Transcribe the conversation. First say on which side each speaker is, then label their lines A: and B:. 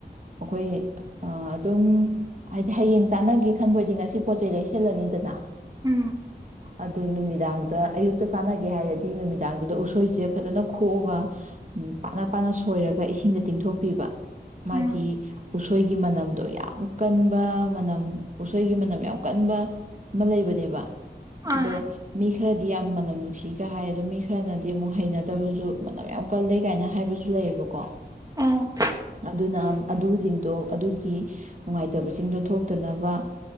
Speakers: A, on the right; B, on the right.
A: ꯑꯩꯈꯣꯏ ꯑꯗꯨꯝ ꯍꯥꯏꯗꯤ ꯍꯌꯦꯡ ꯆꯥꯟꯅꯒꯦ ꯈꯟꯕꯗꯤ ꯉꯁꯤ ꯄꯣꯠꯆꯩ ꯂꯩꯁꯜꯂꯅꯤꯗꯅ
B: ꯎꯝ
A: ꯑꯗꯨ ꯅꯨꯃꯤꯗꯥꯡꯗ ꯑꯌꯨꯛꯇ ꯆꯥꯟꯅꯒꯦ ꯍꯥꯏꯔꯗꯤ ꯅꯨꯃꯤꯗꯥꯡꯗꯨꯗ ꯎꯁꯣꯏꯁꯦ ꯐꯖꯅ ꯈꯣꯛꯑꯒ ꯎꯝ ꯄꯥꯅ ꯄꯥꯅ ꯁꯣꯏꯔꯒ ꯏꯁꯤꯡꯗ ꯇꯤꯡꯊꯣꯛꯄꯤꯕ ꯃꯥꯒꯤ
B: ꯎꯝ
A: ꯎꯁꯣꯏꯒꯤ ꯃꯅꯝꯗꯣ ꯌꯥꯝ ꯀꯟꯕ ꯃꯅꯝ ꯎꯁꯣꯏꯒꯤ ꯃꯅꯝ ꯌꯥꯝ ꯀꯟꯕ ꯑꯃ ꯂꯩꯕꯅꯦꯕ
B: ꯑ
A: ꯗꯣ ꯃꯤ ꯗꯤ ꯌꯥꯝ ꯃꯅꯝ ꯅꯨꯡꯁꯤꯒ ꯍꯥꯏ ꯑꯗꯣ ꯃꯤ ꯈꯔꯅꯗꯤ ꯑꯃꯨꯛ ꯍꯩꯅꯗꯕꯁꯨ ꯃꯅꯝ ꯌꯥꯝ ꯀꯜꯂꯦ ꯀꯥꯏꯅ ꯍꯥꯏꯕꯁꯨ ꯂꯩꯌꯦꯕꯀꯣ
B: ꯑꯣ
A: ꯑꯗꯨꯅ ꯑꯗꯨꯁꯤꯡꯗꯣ ꯑꯗꯨꯒꯤ ꯅꯨꯡꯉꯥꯏꯇꯕꯁꯤꯡꯗꯣ ꯊꯣꯛꯇꯅꯕ